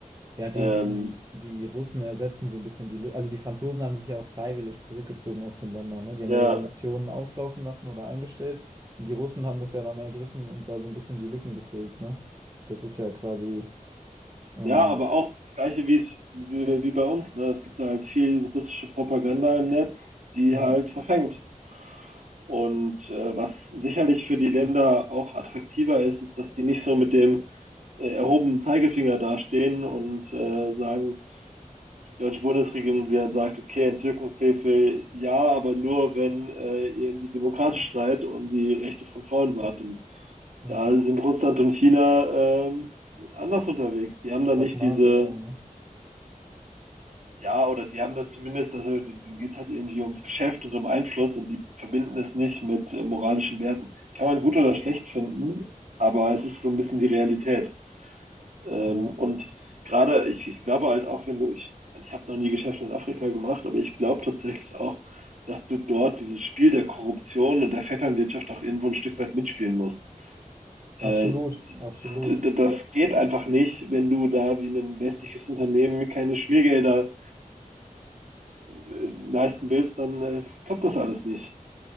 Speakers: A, on the right; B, on the right.
A: Ja, die,
B: Ähm,
A: die, die Russen ersetzen so ein bisschen die Lücke. Also die Franzosen haben sich ja auch freiwillig zurückgezogen aus den Ländern, ne? Die haben
B: ja,
A: ja ihre Missionen auslaufen lassen oder eingestellt. Und die Russen haben das ja dann ergriffen und da so ein bisschen die Lücken gefüllt, ne? Das ist ja quasi, ähm,
B: Ja, aber auch das Gleiche wie, es, wie, wie bei uns. Ne? Es gibt da halt viel russische Propaganda im Netz, die
A: ja,
B: halt verfängt. Und äh, was sicherlich für die Länder auch attraktiver ist, ist, dass die nicht so mit dem äh, erhobenen Zeigefinger dastehen und äh, sagen, die deutsche Bundesregierung, die dann sagt, okay, Entzückungshilfe ja, aber nur, wenn äh, ihr irgendwie demokratisch seid und die Rechte von Frauen wahrt. Und
A: ja,
B: da sind Russland und China ähm, anders unterwegs. Die haben da
A: pragmatischer,
B: nicht diese
A: ne?
B: ja, oder die haben da zumindest, also denen geht es halt irgendwie ums Geschäft und um Einfluss und die verbinden es nicht mit äh, moralischen Werten. Kann man gut oder schlecht finden, aber es ist so ein bisschen die Realität. Ähm,
A: Ja,
B: und gerade, ich, ich glaube halt auch, wenn du, ich, ich habe noch nie Geschäfte in Afrika gemacht, aber ich glaube tatsächlich auch, dass du dort dieses Spiel der Korruption und der Vetternwirtschaft auch irgendwo ein Stück weit mitspielen musst. Äh,
A: absolut, absolut.
B: das geht einfach nicht, wenn du da wie ein westliches Unternehmen keine Schmiergelder leisten willst, dann äh, klappt das alles nicht.